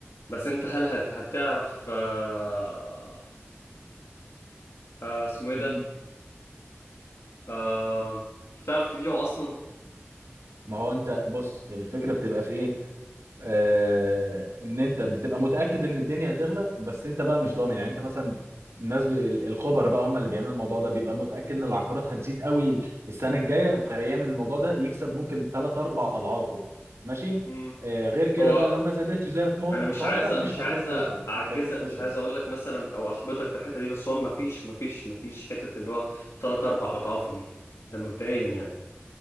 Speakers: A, on the left; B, on the right.
A: بس انت هل ه- هتعرف آه آه اسمه ايه
B: مم.
A: ده آه هتعرف تبيعه اصلا
B: ما هو انت بص الفكره بتبقى في ايه آه، ان انت بتبقى متاكد ان الدنيا هتغلى بس انت بقى مش ضامن يعني انت مثلا الناس ب... ال- الخبراء بقى هم اللي بيعملوا الموضوع ده بيبقى متاكد ان العقارات هتزيد قوي السنه الجايه فيعمل الموضوع ده يكسب ممكن 3 4 اضعافه ماشي
A: امم
B: آه، غير كده
A: هو
B: بقى لو ما زادتش زي ما هو
A: انا مش
B: متوقع
A: عايز مش
B: مش
A: عايز
B: هيكون خسر
A: اعجزك
B: مش هيكون خسر
A: مش عايز اقول لك مثلا او احبطك في الحته دي بس هو ما فيش ما فيش ما فيش حته اللي هو ثلاث اربع اضعافه دي ده مبدئيا يعني